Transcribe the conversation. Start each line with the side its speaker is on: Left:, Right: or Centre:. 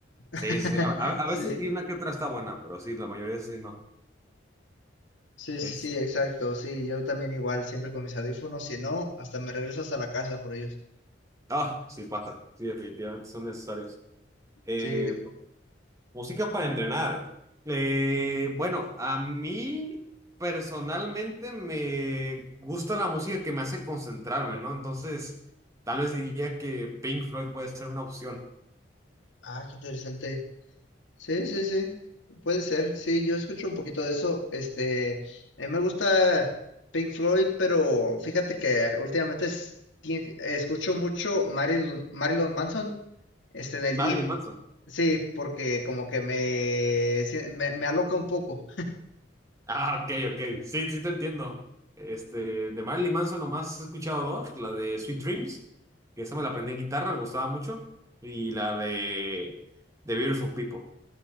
Left: <laughs>
Right: sí, sí, sí, a, a- a
Left: Sí,
Right: veces sí una que otra está buena, pero sí, la mayoría sí no.
Left: sí,
Right: Es,
Left: sí, sí, exacto, sí, yo también igual, siempre con mis audífonos, si no, hasta me regreso hasta la casa por ellos.
Right: ah, sí pasa, sí, definitivamente son necesarios. Eh,
Left: Sí,
Right: Música para entrenar. Eh, bueno, a mí personalmente me gusta la música que me hace concentrarme, ¿no? Entonces, tal vez diría que Pink Floyd puede ser una opción.
Left: ah, qué interesante. Sí, sí, sí, puede ser. Sí, yo escucho un poquito de eso. Este, a mí me gusta Pink Floyd, pero fíjate que últimamente es- tie- escucho mucho Marilyn, Marilyn Manson, este, en el
Right: Marilyn
Left: gym.
Right: Manson.
Left: Sí, porque como que me, sie- me, me aloca un poco.
Right: Ah, ok, ok. Sí, sí te entiendo. Este, de Marilyn Manson nomás he escuchado dos, la de Sweet Dreams, que esa me la aprendí en guitarra, me gustaba mucho, y la de The Beautiful People.